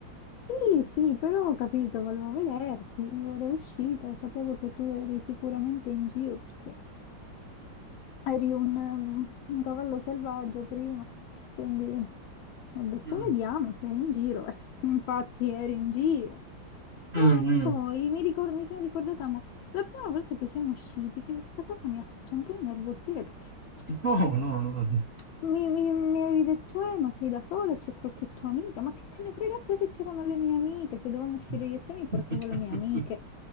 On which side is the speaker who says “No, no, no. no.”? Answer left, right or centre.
Right